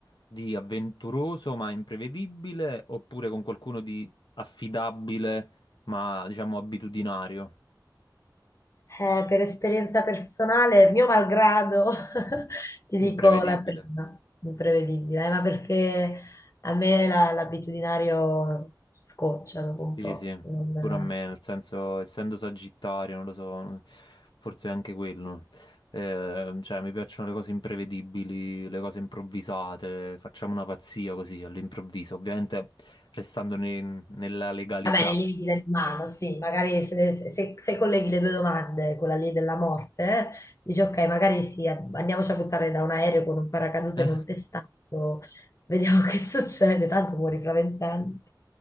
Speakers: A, on the left; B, on the left.
A: di avventuroso ma imprevedibile, oppure con qualcuno di affidabile ma diciamo abitudinario,
B: Eh, per esperienza personale, mio malgrado, <laughs> ti
A: imprevedibile?
B: dico la prima, imprevedibile, eh, ma perché a me la- l'abitudinario scoccia dopo un
A: Sì,
B: po'.
A: sì,
B: non-
A: pure a me, nel senso, essendo sagittario, non lo so, non- forse è anche quello. Eh, cioè, mi piacciono le cose imprevedibili, le cose improvvisate, facciamo una pazzia così all'improvviso, ovviamente restando ne- nella legalità.
B: Va bene, i limiti dell'umano, sì, magari se, se- se colleghi le due domande, quella lì della morte, eh, dici ok, magari sì, eh, andiamoci a buttare da un aereo con un paracadute
A: Eh?
B: non testato, vediamo <laughs> che succede, tanto muori fra vent'anni.